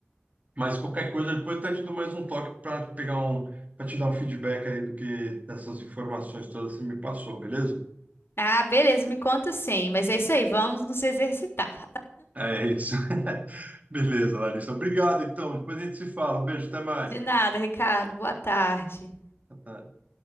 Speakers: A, on the right; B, on the left.
A: Mas qualquer coisa, depois eu até te dou mais um toque para pegar um, para te dar um feedback aí do que dessas informações todas que você me passou, beleza?
B: Ah, beleza, me conta sim, mas é isso aí, vamos nos exercitar.
A: É isso. <laughs> Beleza, Larissa. Obrigado, então. Depois a gente se fala. Um beijo, até mais.
B: De nada, Ricardo, boa tarde.
A: Até.